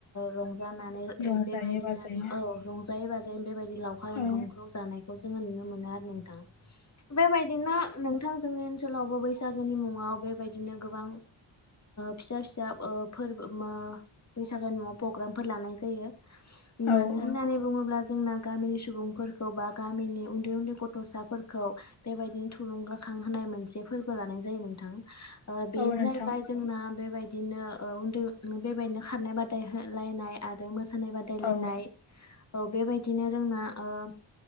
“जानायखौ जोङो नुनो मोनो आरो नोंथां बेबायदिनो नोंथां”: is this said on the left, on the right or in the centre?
Left